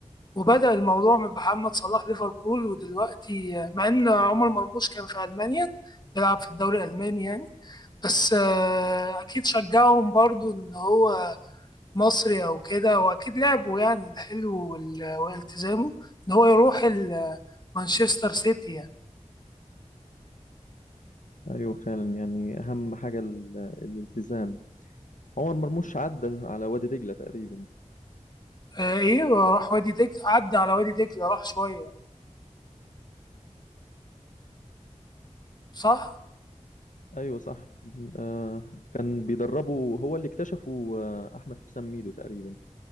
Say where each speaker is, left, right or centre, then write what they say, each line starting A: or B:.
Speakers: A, on the left; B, on the left.
A: وبدأ الموضوع من محمد صلاح ليفربول ودلوقتي مع ان عمر مرموش كان في ألمانيا بيلعب في الدوري الألماني يعني بس آه، أكيد شجعهم برضو إن هو مصري أو كده وأكيد لعبه يعني الحلو وال- والتزامه إن هو يروح ال- مانشستر سيتي يعني
B: ايوه فعلا يعني اهم حاجة ال- الالتزام عمر مرموش عدى على وادي دجلة تقريبا
A: آه، إيه وراح وادي دجلة عدى على وادي دجلة راح شوية صح؟
B: ايوه صح آه كان بيدربه هو اللي اكتشفه آه احمد حسام ميدو تقريبا